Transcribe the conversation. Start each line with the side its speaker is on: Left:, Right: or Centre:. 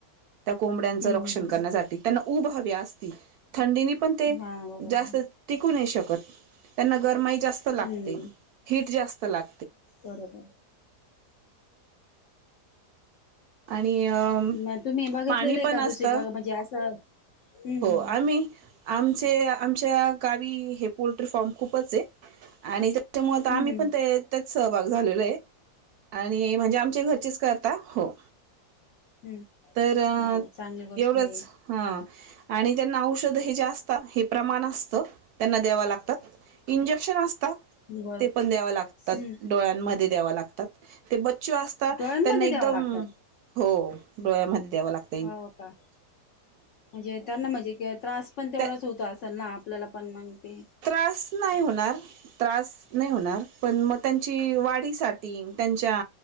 Right: त्या कोंबड्यांचं
Left: हम्म
Right: रक्षण
Left: हम्म हम्म हम्म
Right: करण्यासाठी त्यांना ऊब हवी असती. थंडीनी पण ते
Left: हा बरोबर
Right: जास्त टिकू नाही शकत त्यांना गरमाई जास्त लागते,
Left: हम्म
Right: हीट जास्त लाग
Left: बरोबर हूं!
Right: आणि अ
Left: मग तुम्ही बघितलेलं
Right: पाणी
Left: आहे
Right: पण
Left: का
Right: असत.
Left: दुसरीकडे म्हणजे असं हम्म
Right: हो आम्ही. आमचे आमच्या गावी हे पोल्ट्री फार्म खूपच हे आणि त्याच्यामुळ त आम्ही
Left: हम्म हम्म
Right: पण
Left: हम्म
Right: ते त्यात सहभाग झालेलो हे आणि म्हणजे आमच्या घरचेच कर ता हो.
Left: हूं
Right: तर
Left: हो चांगली गोष्ट
Right: एवढंच
Left: हे.
Right: हा आणि त्यांना औषध हे जे असता हे प्रमाण असतं त्यांना द्याव लाग त इंजेक्शन असतात
Left: बरोबर
Right: ते पण द्याव लागतात,
Left: हम्म
Right: डोळ्यांमध्ये द्याव लागतात. ते बच्चू असता
Left: डोळ्यांमध्ये
Right: त्यांना एकदम
Left: द्याव लागतात
Right: हो डोळ्यामध्ये द्याव लागत.
Left: हो का म्हणजे त्यांना म्हणजे के त्रास पण तेवढाच
Right: त्या
Left: होतो असेल ना आपल्याला पण मंगते
Right: त्रास नाही होणार. त्रास नाही होणार पण म त्यांची वाढीसाठी त्यांच्या